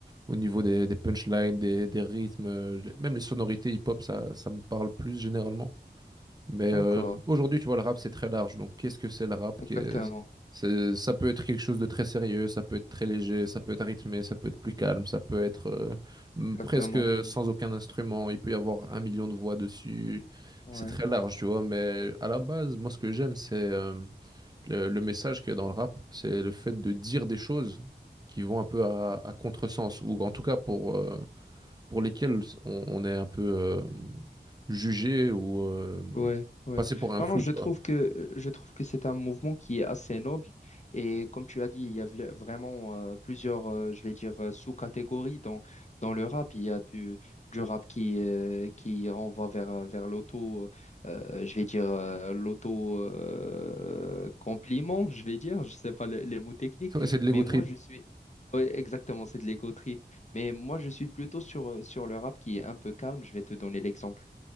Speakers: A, on the right; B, on the left.
A: au niveau des, des punchlines, des, des rythmes, euh, les- même les sonorités hip-hop, ça, ça me parle plus généralement. Mais
B: d'accord,
A: euh, aujourd'hui, tu vois, le rap, c'est très large. Donc, qu'est-ce que c'est le rap?
B: exactement.
A: Qu'est- c'est- Ça peut être quelque chose de très sérieux, ça peut être très léger, ça peut être rythmé, ça peut être plus calme, ça peut être euh,
B: Ouais,
A: m-
B: exactement.
A: presque sans aucun instrument. Il peut y avoir un million de voix dessus.
B: Ouais.
A: C'est très large, tu vois. Mais à la base, moi, ce que j'aime, c'est euh, le, le message qu'il y a dans le rap. C'est le fait de dire des choses qui vont un peu à, à contresens, ou en tout cas pour, euh, pour lesquels on, on est un peu euh, jugé ou euh,
B: Ouais, ouais.
A: passé pour un
B: Non,
A: fou,
B: non, je
A: tu
B: trouve
A: vois.
B: que euh, je trouve que c'est un mouvement qui est assez noble et comme tu as dit, il y a vla- vraiment euh, plusieurs, euh, je vais dire, euh, sous-catégories dans dans le rap. Il y a du du rap qui euh, qui renvoie vers euh, vers l'auto, euh, je vais dire euh, l'auto euh, compliment, je vais dire, je sais pas le- les mots techniques,
A: C'est c'est de l'ego
B: mais moi
A: trip.
B: je suis Ouais, exactement, c'est de l'ego trip. Mais moi, je suis plutôt sur, euh, sur le rap qui est un peu calme. Je vais te donner l'exemple